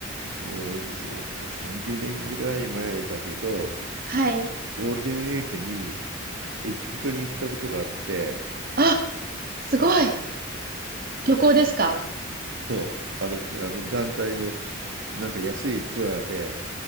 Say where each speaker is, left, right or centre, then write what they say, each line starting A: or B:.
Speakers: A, on the right; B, on the right.
A: もうず30年ぐらい前だけど、
B: はい。
A: ゴールデンウィークにエジプトに行ったことがあって、
B: あ、すごい。旅行ですか
A: そう、あの、あの団体のなんか安いツアーで